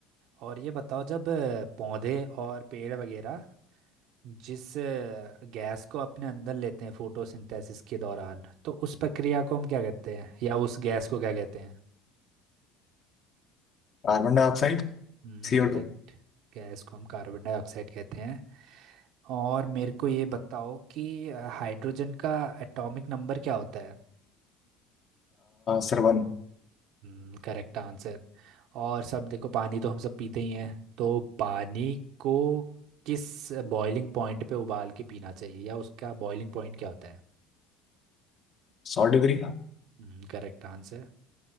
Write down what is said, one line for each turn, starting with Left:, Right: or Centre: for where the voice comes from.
Right: और ये बताओ जब अ, पौधे और पेड़ वगैरह जिस अ, गैस को अपने अंदर लेते हैं फोटोसिंथेसिस के दौरान तो उस प्रक्रिया को हम क्या कहते हैं या उस गैस को क्या कहते हैं
Left: कार्बन डाइऑक्साइड
Right: हम्म
Left: सीओ
Right: करेक्ट
Left: टू
Right: गैस को हम कार्बन डाइऑक्साइड कहते हैं और मेरे को ये बताओ कि अ, हाइड्रोजन का एटॉमिक नंबर क्या होता है
Left: सर वन
Right: हम्म करेक्ट आंसर और सब देखो पानी तो हम सब पीते ही हैं तो पानी को किस बॉइलिंग पॉइंट पे उबाल के पीना चाहिए या उसका बॉइलिंग पॉइंट क्या होता है
Left: सौ डिग्री
Right: हम्म करेक्ट आंसर